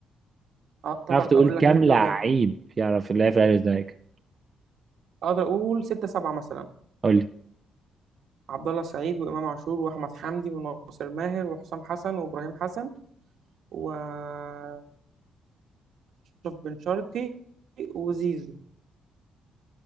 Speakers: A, on the right (about 70°); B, on the right (about 35°).
A: اه طبعا
B: تعرف تقول
A: اقول
B: كام
A: لك كام
B: لعيب
A: لعيب
B: يعرف يلعب في الاهلي والزمالك
A: اقدر اقول ستة سبعة مثلا
B: قول لي
A: عبد الله سعيد وامام عاشور واحمد حمدي وناصر ماهر وحسام حسن وابراهيم حسن واشرف بن شرقي وزيزو